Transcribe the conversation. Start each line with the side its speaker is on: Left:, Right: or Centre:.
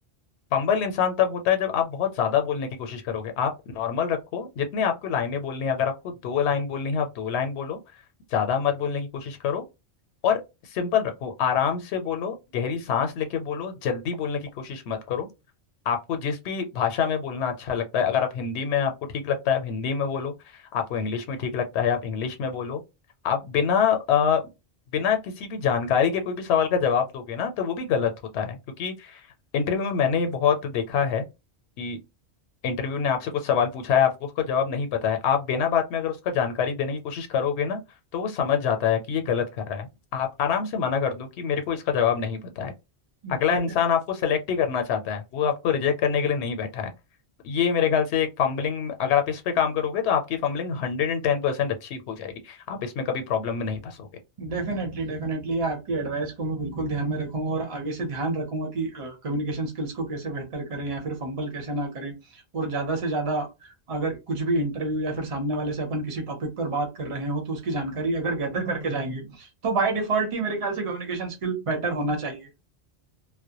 Left: पंबल इंसान तब होता है जब आप बहुत ज्यादा बोलने की कोशिश करोगे आप नॉर्मल रखो जितने आपको लाइनें बोलनी है अगर आपको दो लाइन बोलनी है आप दो लाइन बोलो ज्यादा मत बोलने की कोशिश करो और सिंपल रखो आराम से बोलो गहरी सांस लेके बोलो जल्दी बोलने की कोशिश मत करो आपको जिस भी भाषा में बोलना अच्छा लगता है अगर आप हिंदी में आपको ठीक लगता है आप हिंदी में बोलो आपको इंग्लिश में ठीक लगता है आप इंग्लिश में बोलो आप बिना अ, बिना किसी भी जानकारी के कोई भी सवाल का जवाब दोगे ना तो वो भी गलत होता है क्योंकि इंटरव्यू में मैंने ये बहुत देखा है कि इंटरव्यू ने आपसे कुछ सवाल पूछा है आपको उसका जवाब नहीं पता है आप बिना बात में अगर उसका जानकारी देने की कोशिश करोगे ना तो वो समझ जाता है कि ये गलत कर रहा है आप आराम से मना कर दो कि मेरे को इसका जवाब नहीं पता है
Right: सकूँ
Left: अगला इंसान आपको सेलेक्ट ही करना चाहता है वो आपको रिजेक्ट करने के लिए नहीं बैठा है ये मेरे ख्याल से एक फंबलिंग अगर आप इस पे काम करोगे तो आपकी फंबलिंग हंड्रेड एंड टेन परसेंट अच्छी हो जाएगी आप इसमें कभी प्रॉब्लम में नहीं फंसोगे
Right: डेफिनेटली डेफिनेटली आपकी एडवाइस को मैं बिल्कुल ध्यान में रखूंगा और आगे से ध्यान रखूंगा कि कम्युनिकेशन स्किल्स को कैसे बेहतर करें या फिर फंबल कैसे ना करें और ज़्यादा से ज़्यादा अगर कुछ भी इंटरव्यू या फिर सामने वाले से अपन किसी टॉपिक पर बात कर रहे हो तो उसकी जानकारी अगर गैदर करके जाएंगे तो बाय डिफॉल्ट ही मेरे ख्याल से कम्युनिकेशन स्किल बेटर होना चाहिए